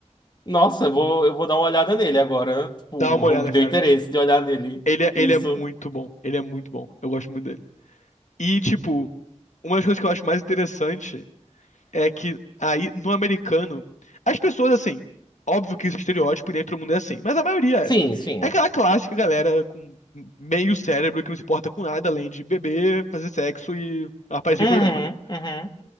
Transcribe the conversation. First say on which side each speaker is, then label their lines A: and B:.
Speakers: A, on the left; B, on the left.
A: Nossa, eu vou, eu vou dar uma olhada nele agora. Tipo,
B: Dá uma olhada,
A: <laughs> me deu
B: cara.
A: interesse de olhar nele.
B: Ele, é- ele
A: Isso.
B: é muito bom. Ele é muito bom. Eu gosto muito dele. E, tipo, uma das coisas que eu acho mais interessante é que aí, no americano, as pessoas, assim, óbvio que isso é estereótipo e dentro do mundo é assim, mas a maioria é.
A: Sim, sim.
B: É aquela clássica galera com meio cérebro que não se importa com nada além de beber, fazer sexo e aparecer
A: Uhum,
B: em programa, né?
A: uhum.